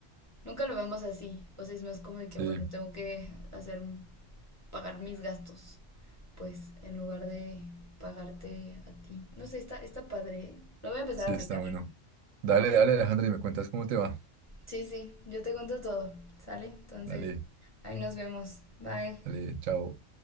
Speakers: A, on the left; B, on the right.
A: nunca lo vemos así. O sea, es más como de que,
B: Sí,
A: bueno, tengo que hacer, pagar mis gastos, pues, en lugar de pagarte a ti. No sé, está, está padre. ¿eh? Lo voy a empezar
B: sí,
A: a aplicar.
B: está bueno. Dale, dale, Alejandro, y me cuentas cómo te va.
A: Sí, sí, yo te cuento todo, ¿sale? Entonces,
B: Dale,
A: ahí nos vemos. Bye.
B: dale, chao.